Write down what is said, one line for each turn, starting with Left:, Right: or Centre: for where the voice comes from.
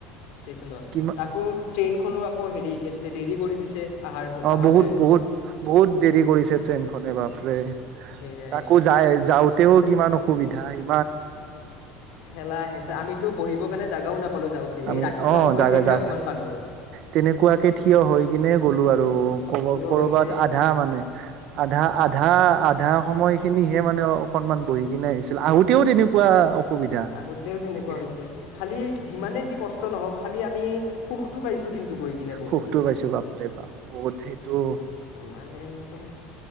Left: ষ্টেচনত
Right: কিমান
Left: তাকো ট্ৰেইনখনো আকৌ হেৰি কি আছিলে দেৰি কৰি দিছে। আহাৰ
Right: অ
Left: আহোতে
Right: বহুত বহুত, বহুত দেৰি কৰিছে ট্ৰেইনখনে বাপৰে।
Left: সেয়াই
Right: তাকো যায় যাওঁতেও কিমান অসুবিধা, এই
Left: খেলা আহে আছে আমিতো বহিবৰ কাৰণে জাগাও নাপালো যাওঁতে এই
Right: আমি
Left: ৰাতিপুৱা
Right: অ
Left: সময়খিনিত।
Right: জাগা জা
Left: অকমান পালো।
Right: তেনেকুৱাকে থিয় হৈ কিনে গ'লো আৰু।
Left: থিয়
Right: ব কৰ'বাত
Left: হৈ কিনে
Right: আধা মানে আধা, আধা, আধা সময় খিনিহে মানে অকনমান বহি কি আহিছিল আহোঁতেও তেনেকুৱা। অসুবিধা
Left: আহোতেও তেনেকুৱা
Right: একে
Left: হৈছে খালি যিমানে যি কষ্ট নহওক খালি। আমি সুখটো পাইছো কিন্তু গৈ। কিনে বহুত
Right: সুখতটো পাইছো বাপৰে বাপ বহুত সেইটো
Left: মানে একদম